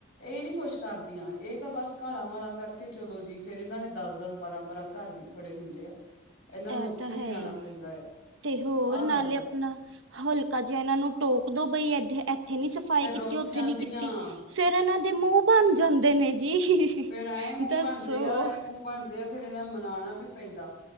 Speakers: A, on the left; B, on the right.
A: ਇਹ ਨੀ ਕੁੱਛ ਕਰਦੀਆਂ ਇਹ ਤਾਂ ਬਸ ਘਾਲਾਂ ਮਾਲਾ ਕਰਕੇ ਚਲੋ ਜੀ ਫੇਰ ਇਹਨਾਂ ਨੇ ਦੱਸ ਦਸ, ਬਾਰਾਂ, ਬਾਰਾਂ। ਘਰ ਵੀ ਫੜੇ ਹੁੰਦੇ ਆ। ਇਹਨਾਂ
B: ਇਹ
A: ਨੂੰ ਉੱਥੇ
B: ਤਾਂ ਹੈਈ
A: ਵੀ ਜਾਣਾ ਪੈਂਦਾ ਆ
B: ਤੇ ਹੋਰ
A: ਆਹ
B: ਨਾਲੇ
A: ਗੱਲ ਆ
B: ਆਪਣਾ। ਹਲਕਾ ਜਾ ਇਹਨਾਂ ਨੂੰ ਟੋਕ ਦੋ ਬਈ ਇ ਇੱਥੇ ਨੀ ਸਫ਼ਾਈ
A: ਫੇਰ ਰੁੱਸ
B: ਕੀਤੀ ਉੱਥੇ
A: ਜਾਂਦੀਆਂ
B: ਨੀ ਕੀਤੀ। ਫੇਰ ਇਹਨਾਂ ਦੇ ਮੂੰਹ ਬਣ ਜਾਂਦੇ ਨੇ ਜੀ।
A: ਫੇਰ ਐਂ ਮੂੰਹ
B: ਦੱਸੋ
A: ਬਣਦੇ ਆ ਐ ਮੂੰਹ ਬਣਦੇ ਆ ਫੇਰ ਇਹਨਾ ਨੂੰ ਮਨਾਣਾ ਵੀ ਪੈਂਦਾ।